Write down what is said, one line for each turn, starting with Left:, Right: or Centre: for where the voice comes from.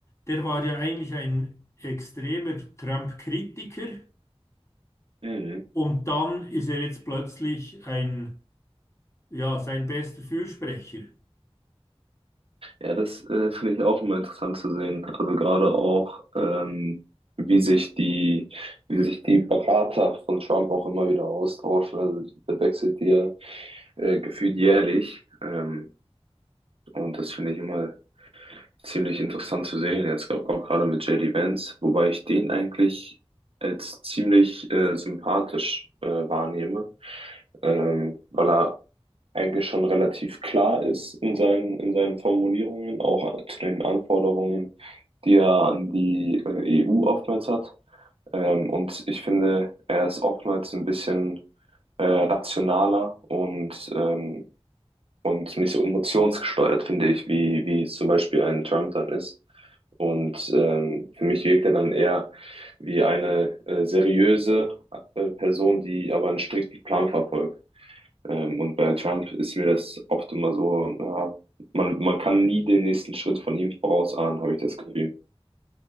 Left: der war ja eigentlich ein extremer Trump-Kritiker
Right: Mhm.
Left: und dann ist er jetzt plötzlich ein, ja, sein bester Fürsprecher.
Right: Ja, das äh, finde ich auch immer interessant zu sehen. Also gerade auch, ähm, wie sich die, wie sich die Berater von Trump auch immer wieder austauschen. Also der wechselt ja äh, gefühlt jährlich. Ähm, und das finde ich immer ziemlich interessant zu sehen. Jetzt glaub, auch gerade mit J D Vance, wobei ich den eigentlich als ziemlich äh, sympathisch äh, wahrnehme, ähm, weil er eigentlich schon relativ klar ist in seinen, in seinen Formulierungen, auch zu den Anforderungen, die er an die äh, EU oftmals hat. Ähm, und ich finde, er ist oftmals ein bisschen äh, rationaler und, ähm, und nicht so emotionsgesteuert, finde ich, wie, wie es zum Beispiel ein Trump dann ist. Und ähm, für mich wirkt er dann eher wie eine äh, seriöse äh, Person, die aber einen strikten Plan verfolgt. Ähm, und bei Trump ist mir das oft immer so, ja, man, man kann nie den nächsten Schritt von ihm vorausahnen, habe ich das Gefühl.